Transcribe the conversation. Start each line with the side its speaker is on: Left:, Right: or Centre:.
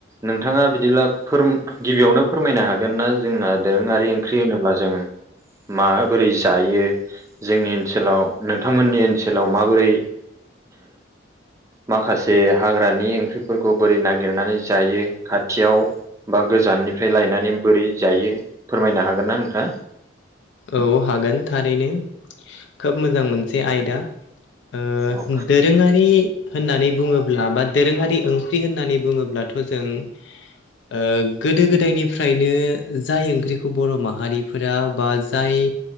Right: नोंथाङा बिदिब्ला फोर गिबियावनो फोरमायनो हागोन ना जोंना दोरोङारि ओंख्रि होनोब्ला जों माबोरै जायो जोंनि ओनसोलाव नोंथांमोननि ओन ओनसोलाव माबोरै माखासे हाग्रानि ओंख्रिफोर खौ बोरै नागिरनानै जायो खाथियाव बा गोजाननिफ्राय लायनानै बोरै जायो। फोरमायनो हागोन ना नोंथाङा।
Left: औ हागोन थारैनो खोब मोजां मोनसे आयदा। ओ
Right: औ
Left: दोरोङारि होननानै बुङोब्ला बा दोरोङारि ओंख्रि होननानै बुङोब्लाथ' जों- ओ गोदो गोदाय निफ्रायनो जाय ओंख्रिखौ बर' माहारिफोरा बा जाय